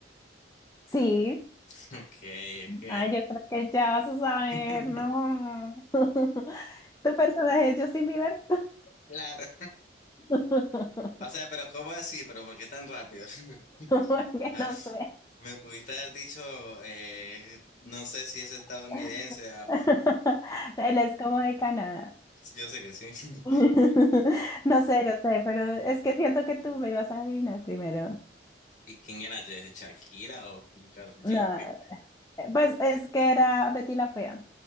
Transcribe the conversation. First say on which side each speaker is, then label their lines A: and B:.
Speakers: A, on the left; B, on the left.
A: Sí.
B: Ok, ok.
A: Ah, yo creo que ya vas a saber,
B: <laughs>
A: no. <laughs> ¿Tu personaje es Justin Bieber?
B: Claro.
A: <laughs>
B: O sea, pero ¿cómo así? ¿Pero por qué tan rápido? <laughs>
A: Porque
B: Ah,
A: no sé.
B: me pudiste haber dicho, eh, no sé si es estadounidense.
A: <laughs>
B: ah, pe-
A: Él es como de Canadá.
B: yo sé que sí. <laughs>
A: <laughs> No sé, no sé, pero es que siento que tú me ibas a adivinar primero.
B: ¿Y quién era? ¿De Shakira o Karol G
A: No,
B: o qué?
A: eh, pues es que era Betty la Fea.